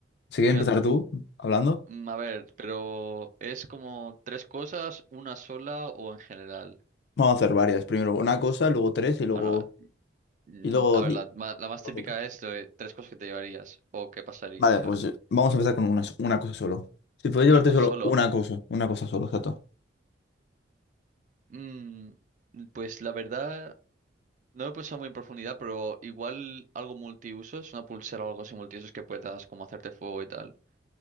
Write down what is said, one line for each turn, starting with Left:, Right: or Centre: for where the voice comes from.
Left: Si quieres
Right: Cuan-
Left: empezar tú hablando,
Right: mm, A ver, pero ¿es como tres cosas, una sola o en general?
Left: vamos a hacer varias. Primero una cosa, luego tres y luego
Right: Bueno, mm,
Left: y luego
Right: a ver,
Left: di-
Right: la, ma- la más
Left: luego
Right: típica
Left: cinco.
Right: es de tres cosas que te llevarías o qué pasaría,
Left: Vale,
Right: ¿sabes?
Left: pues eh, vamos a empezar con una, una cosa solo. Si puedes llevarte
Right: Una cosa
Left: solo
Right: solo.
Left: una cosa, una cosa solo, exacto.
Right: Mm, pues la verdad, no lo he pensado muy en profundidad, pero igual algo multiusos, una pulsera o algo así multiusos que puedas como hacerte fuego y tal.